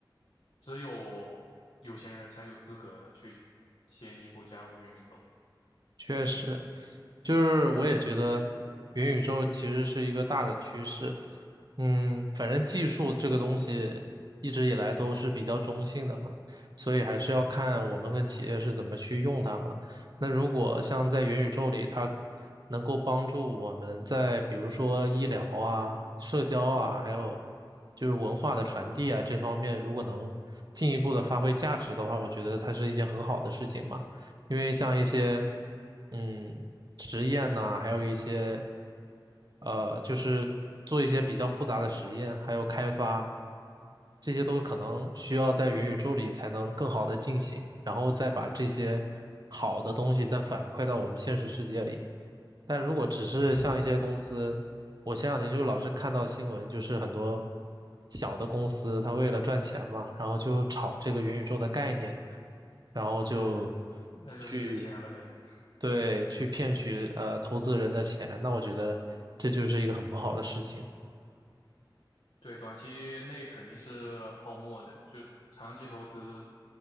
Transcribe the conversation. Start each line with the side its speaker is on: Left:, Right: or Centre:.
Left: 只有有钱人才有资格去先一步加入元宇宙，
Right: 确实，就是我也觉得元宇宙其实是一个大的趋势。嗯，反正技术这个东西一直以来都是比较中性的嘛，所以还是要看我们跟企业是怎么去用它嘛。那如果像在元宇宙里，它能够帮助我们在比如说医疗啊、社交啊，还有就是文化的传递啊这方面，如果能进一步的发挥价值的话，我觉得它是一件很好的事情嘛。因为像一些嗯实验呐、还有一些呃，就是做一些比较复杂的实验，还有开发，这些都可能需要在元宇宙里才能更好的进行，然后再把这些好的东西再反馈到我们现实世界里。但如果只是像一些公司，我前两年就老是看到新闻，就是很多小的公司，它为了赚钱嘛，然后就炒这个元宇宙的概念，然后就
Left: 那那就是缺钱了呗。
Right: 去，对，去骗取呃投资人的钱，那我觉得这就是一个很不好的事情，
Left: 对，短期内肯定是泡沫的，就长期投资，